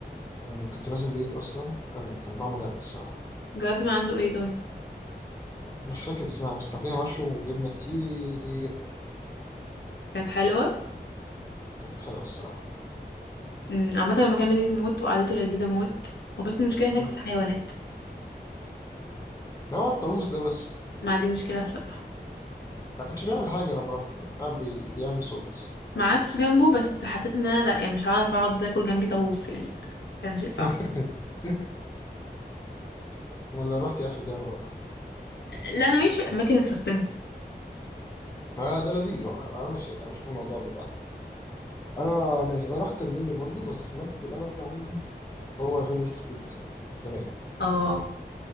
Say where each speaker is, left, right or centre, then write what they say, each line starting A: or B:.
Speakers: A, on the left; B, on the left.
A: كان كنت نازل ديت أصلا كان كان طعمه جامد الصراحة
B: جربت من عنده ايه طيب
A: مش فاكر اسمها بس كان فيها مشروم وجبنة كتير
B: كانت حلوه
A: كانت حلوة الصراحة
B: أمم، عامه المكان لذيذ موت وقعدته لذيذه موت وبس المشكله هناك
A: مم.
B: في الحيوانات
A: ده هو الطاووس ده بس
B: ما دي مشكله بصراحه
A: ما كانش بيعمل حاجة لما رحت كان قاعد بي... بيعمل صوت بس
B: ما قعدتش جنبه بس حسيت ان انا لا يعني مش هعرف اقعد اكل جنبي طاووس يعني كان شيء صعب
A: <laughs> ولا رحت افريكانو بقى
B: لا انا مش في الاماكن السسبنس
A: ما ده لذيذ بقى آه، ماشي هنشوف الموضوع ده بعدين انا ماشي انا رحت النيلو برضو بس المركز الاول عندي هو فينيس بيتزا الزمالك
B: اه